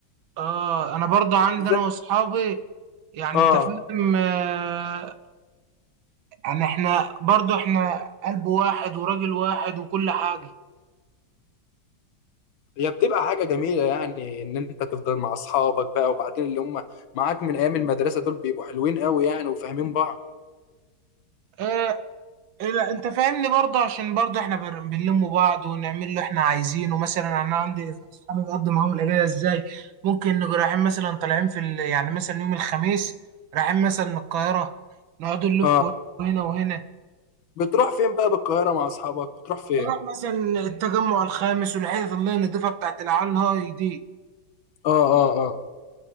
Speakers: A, on the right; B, on the left.
A: اه انا برضو عندي
B: بالذات
A: انا واصحابي يعني
B: اه
A: انت فاهم آه، يعني احنا برضو احنا قلب واحد وراجل واحد وكل حاجة
B: هي بتبقى حاجه جميله يعني ان انت تفضل مع اصحابك بقى وبعدين اللي هم معاك من ايام المدرسه دول بيبقوا حلوين قوي يعني وفاهمين بعض
A: ايه إيه، لا انت فاهمني برضو عشان برضو احنا بن- بنلم بعض ونعمل اللي احنا عايزينه مثلا انا عندي اصحابي بقضي معاهم الاجازة ازاي ممكن نبقى رايحين مثلا طالعين في ال... يعني مثلا يوم الخميس رايحين مثلا القاهرة نقعد نلف
B: اه
A: هنا وهنا
B: بتروح فين بقى بالقاهره مع اصحابك بتروح فين
A: بروح مثلا التجمع الخامس والحتت اللي هي النضيفة بتاعت العيال هاي دي
B: اه اه اه